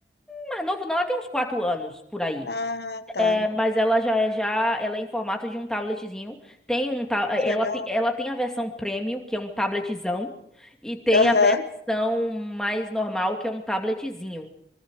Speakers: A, in the centre; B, on the left.
A: Mais novo não, ela tem uns 4 anos por aí.
B: Ah, tá.
A: É, mas ela já, já, ela é em formato de um tabletzinho. Tem um, ta- eh,
B: Que
A: ela,
B: legal.
A: tem, ela tem a versão premium, que é um tabletzão, e tem
B: Aham.
A: a versão mais normal, que é um tabletzinho.